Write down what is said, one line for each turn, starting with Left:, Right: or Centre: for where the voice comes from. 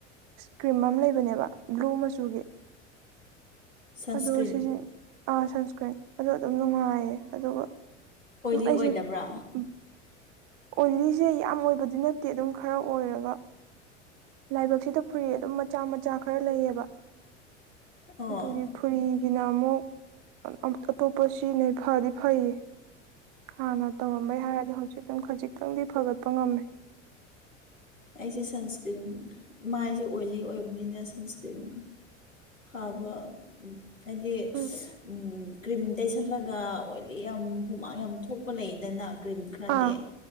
Right: ꯀ꯭ꯔꯤꯝ ꯑꯃ ꯂꯩꯕꯅꯦꯕ ꯄ꯭ꯂꯨ ꯃꯆꯨꯒꯤ
Left: ꯁꯟꯁꯀ꯭ꯔꯤꯟ
Right: ꯑꯗꯨ ꯁꯤꯖꯤꯟ ꯁꯟꯁꯀ꯭ꯔꯤꯟ ꯑꯗꯨꯗ ꯑꯗꯨꯝ ꯅꯨꯡꯉꯥꯏꯌꯦ ꯑꯗꯨꯒ
Left: ꯑꯣꯏꯂꯤ
Right: ꯑꯝ ꯑꯩꯁꯦ
Left: ꯑꯣꯏꯗꯕ꯭ꯔꯥ
Right: ꯎ ꯑꯣꯏꯂꯤꯁꯦ ꯌꯥꯝ ꯑꯣꯏꯕꯗꯤ ꯅꯠꯇꯦ ꯑꯗꯨꯝ ꯈꯔ ꯑꯣꯏꯔꯒ ꯂꯥꯏꯕꯛꯁꯤꯗ ꯐꯨꯔꯤ ꯑꯗꯨꯝ ꯃꯆꯥ ꯃꯆꯥ ꯈꯔ ꯂꯩꯌꯦꯕ
Left: ꯑꯥ ꯑꯣ
Right: ꯑꯗꯨꯒꯤ ꯐꯨꯔꯤꯒꯤꯅ ꯑꯃꯨꯛ ꯑꯇꯣꯞꯄ ꯁꯤꯖꯤꯟꯅꯩ ꯐꯗꯤ ꯐꯩꯌꯦ ꯍꯥꯟꯅ ꯇꯧꯔꯝꯕꯩ ꯍꯥꯏꯔꯗꯤ ꯍꯧꯖꯤꯛ ꯑꯗꯨꯝ ꯈꯖꯤꯛꯇꯪꯗꯤ ꯐꯒꯠꯄ ꯉꯝꯃꯦ
Left: ꯑꯩꯁꯦ ꯁꯟꯁꯀ꯭ꯔꯤꯟ ꯃꯥꯏꯁꯦ ꯑꯣꯏꯂꯤ ꯑꯣꯏꯕꯅꯤꯅ ꯁꯟꯁꯀ꯭ꯔꯤꯟ ꯐꯕ ꯍꯥꯏꯗꯤ
Right: ꯎꯝ
Left: ꯎꯝ ꯀ꯭ꯔꯤꯝ ꯇꯩꯁꯜꯂꯒ ꯑꯣꯏꯂꯤ ꯌꯥꯝ ꯍꯨꯃꯥꯡ ꯌꯥꯝ ꯊꯣꯛꯄ ꯂꯩꯗꯅ ꯀ꯭ꯔꯤꯝ ꯈꯔꯗꯤ
Right: ꯑꯥ